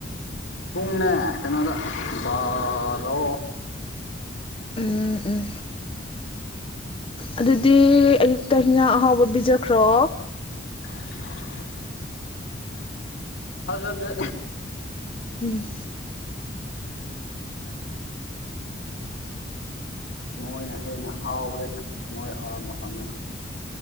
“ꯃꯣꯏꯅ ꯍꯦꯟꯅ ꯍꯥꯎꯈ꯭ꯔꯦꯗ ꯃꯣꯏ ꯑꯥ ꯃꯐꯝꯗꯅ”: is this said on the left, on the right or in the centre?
Left